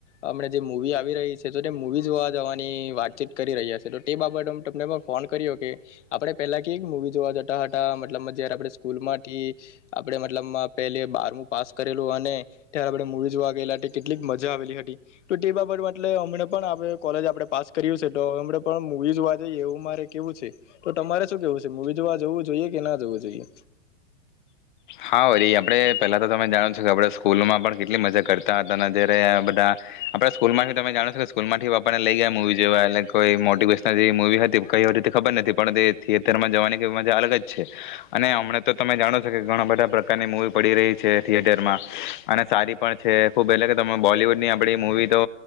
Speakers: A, on the left; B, on the left.
A: હમણાં જે મૂવી આવી રહી છે તો તે મૂવી જોવા જવાની વાતચીત કરી રહ્યા છીએ. તો તે બાબત તમને ફોન કર્યો કે આપણે પહેલા કેવી મૂવી જોવા જ ટ ટ મતલબમાં જ્યારે આપણે સ્કૂલમાંથી આપણે મતલબમાં પેલે બારમું પાસ કરેલું અને ત્યારે આપણે મુવી જોવા ગયેલા તે કેટલીક મજા આવેલી હતી. તો તે બાબતમાં એટલે હમણાં પણ આપણે કોલેજ આપણે પાસ કર્યું છે તો હમણાં પણ મુવી જોવા જઈએ એવું મારે કેવું છે તો તમારે શું કેવું છે મુવી જોવા જવું. જોઈએ કે ના જવું જોઈએ?
B: હા વરી આપડે પેલા તો તમે જાણો છો કે આપણે સ્કૂલ માં પણ કેટલી મજા કરતા હતા અને જ્યારે બધા આપણે સ્કૂલમાંથી તમે જાણો છો કે સ્કૂલ માંથી બાપાને લઈ ગયા મૂવી જેવા એટલે કોઈ મોટીિવેશનલ જે મૂવી હતી કઈ હતી તે ખબર નથી પણ તે થિયેટરમાં જવાનીઈ મજા અલગ જ છે અને હમણા તો તમે જાણો છો કે ઘણા બધા પ્રકારની મૂવી પડી રહી છે થિયેટરમાં અને સારી પણ છે ખુબ એટલે કે તમે બોલીવૂડ ની આપડી મૂવી તો